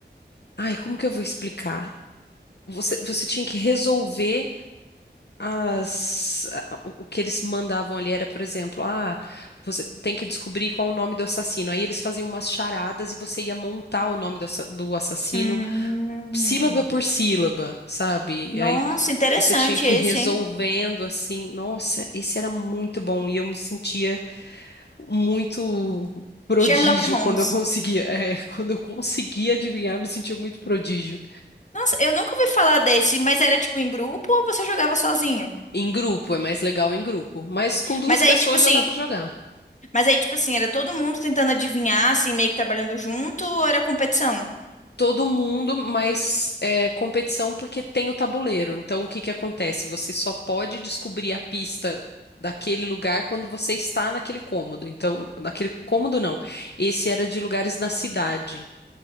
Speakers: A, on the left; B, on the left.
A: Ai, como que eu vou explicar? Você, você tinha que resolver as, a- o que eles mandavam ali era, por exemplo, ah, você tem que descobrir qual é o nome do assassino. Aí eles faziam umas charadas e você ia montar o nome do, assa- do assassino
B: Hum,
A: sílaba por sílaba, sabe?
B: nossa,
A: E Aí v-
B: interessante
A: você tinha que
B: esse,
A: ir resolvendo
B: hein?
A: assim. Nossa, esse era muito bom e eu me sentia muito prodígio
B: Sherlock Holmes.
A: quando eu conseguia, é, <laughs> quando eu conseguia adivinhar, eu me sentia muito prodígio.
B: Nossa, eu nunca ouvi falar desse, mas era tipo em grupo ou você jogava sozinho?
A: Em grupo, é mais legal em grupo. Mas com duas
B: Mas
A: pessoas
B: aí, tipo assim,
A: já dá pra jogar.
B: mas aí, tipo assim, era todo mundo tentando adivinhar, assim, meio que trabalhando junto, ou era competição?
A: Todo mundo, mas é, competição porque tem o tabuleiro. Então, o que que acontece? Você só pode descobrir a pista daquele lugar quando você está naquele cômodo. Então, naquele cômodo não. Esse era de lugares na cidade.